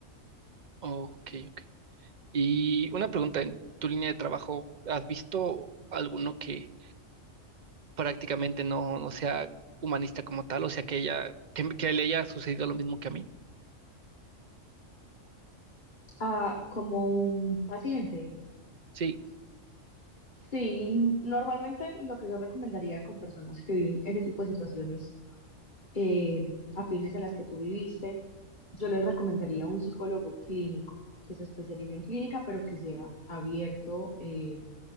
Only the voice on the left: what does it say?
a- como un paciente.
Sí, normalmente lo que yo recomendaría con personas que viven ese tipo de situaciones eh, afines a las que tú viviste, yo les recomendaría un psicólogo clínico que se especialice en clínica, pero que sea abierto eh,